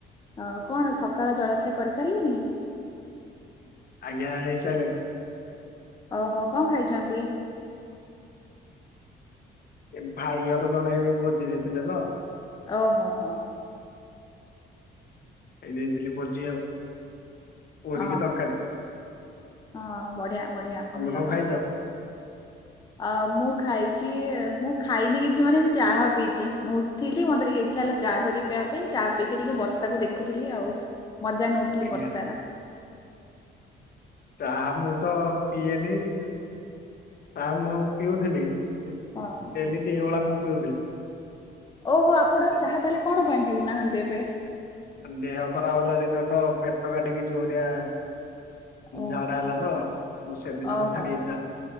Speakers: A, on the left; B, on the left.
A: ଆଉ କଣ ସକାଳ ଜଳଖିଆ କରିସାରିଲେଣି
B: ଆଜ୍ଞା ହେଇସାରିଲାଣି
A: ଓହୋ କଣ ଖାଇଛନ୍ତି
B: ଏ ଭାଇ ଘର ଜଣେ ଏବେ ଭୋଜି ଦେଇଥିଲେ ତ
A: ଓହୋ ହୋ ହୋ
B: ଏ ଦେଇଥିଲି ଭୋଜି ଆଉ ପୁରୀ
A: ହଁ
B: କି ତରକାରୀ।
A: ହଁ ବଢିଆ ବଢିଆ
B: ତମେ
A: ଭଲ
B: କଣ
A: କଥା
B: ଖାଇଛ?
A: ଅ ମୁଁ ଖାଇଛି ମୁଁ ଖାଇନି କିଛି ମାନେ ମୁଁ ଚାହା ପିଇଛି ମୁଁ ଥିଲି ମତେ ଟିକେ ଇଚ୍ଛା ହେଲା ଚା କରିିକି ପିଇବା ପାଇଁ ଚା ପିଇକି ଟିକେ ବର୍ଷାକୁ ଦେଖୁଥିଲି ଆଉ ମଜା ନେଉଥିଲି
B: ଆଜ୍ଞା
A: ବର୍ଷାର।
B: ଚାହା ମୁଁ ତ ପିଏନି ଚାହା ମୁଁ ପିଉଥିଲି ହଁ
A: ହଁ
B: ଡେଲି ଦିଓଳା ମୁଁ ପିଉଥିଲି।
A: ଓହୋ ଆପଣ
B: ତ
A: ଚାହା ତାହେଲେ କଣ ପାଇଁ ପିଉନାହାନ୍ତି ଏବେ?
B: ଦେହ ଖରାପ୍ ହେଲା ଦିନ ଠୁ ପେଟ କାଟିକି ଜୋରି ଆ
A: ଓ
B: ଝାଡା ହେଲା ତ। ମୁଁ ସେଦିନଠୁ
A: ଓହୋ।
B: ଛାଡି ଦେଇଛି ଚା